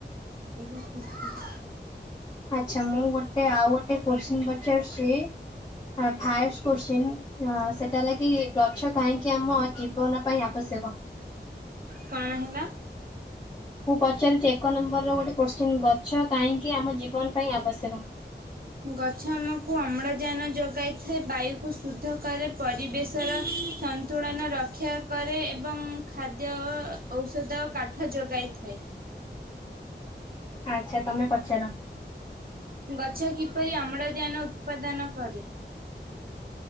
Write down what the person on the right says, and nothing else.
<inaudible>
କଣ ହେଲା?
ଗଛ ଆମକୁ ଅମ୍ଳଜାନ ଯୋଗାଇଥାଏ ବାୟୁକୁ ଶୁଦ୍ଧ କରେ। ପରିବେଶର ସନ୍ତୁଳନ ରକ୍ଷା କରେ ଏବଂ ଖାଦ୍ୟ ଔଷଧ କାଟ୍ ଠ ଯୋଗାଇ ଥାଏ।
ଗଛ କିପରି ଅମ୍ଳଜାନ ଉତ୍ପାଦନ କରେ?